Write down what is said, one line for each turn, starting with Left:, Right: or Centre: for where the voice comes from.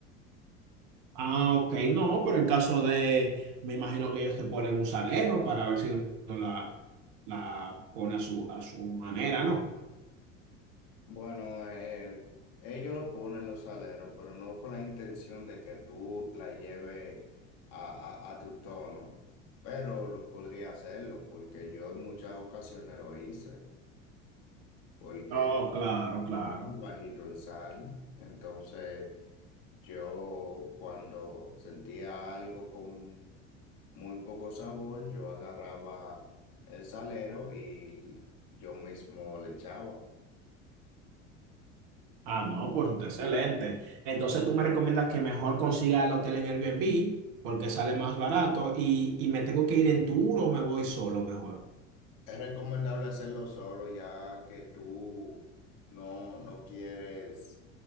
Right: Ah, ok, no, pero en caso de, me imagino que ellos te ponen un salero para ver si uno la, la pone a su, a su manera, ¿no?
Left: Bueno, eh, ellos lo ponen los aleros, pero no con la intención de que tú la lleves a, a- a tu tono, pero lo podría hacerlo porque yo en muchas ocasiones lo hice, porque
Right: Oh,
Left: <laughs>
Right: claro,
Left: es
Right: claro.
Left: muy bajito en sal, entonces yo cuando sentía algo con muy poco sabor, yo agarraba el salero y yo mismo le echaba.
Right: Ah, no, pues está excelente. Entonces tú me recomiendas que mejor consiga el hotel en Airbnb porque sale más barato y, y me tengo que ir en tour o me voy solo mejor.
Left: Es recomendable hacerlo solo ya que tú no, no quieres